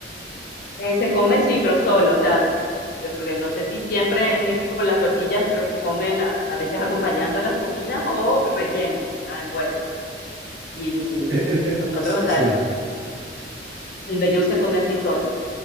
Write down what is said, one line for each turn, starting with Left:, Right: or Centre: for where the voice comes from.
Left: Eh, se come, sí, pero solo, o sea, eh, porque no sé si siempre en México por las tortillas creo que comen a, a veces acompañando las comidas o relleno, ¿verdad? Envuelto. Y mm,
Right: Eh, eh, eh,
Left: nosotros,
Right: s-
Left: o sea,
Right: sí,
Left: el, el mbejú se come así solo.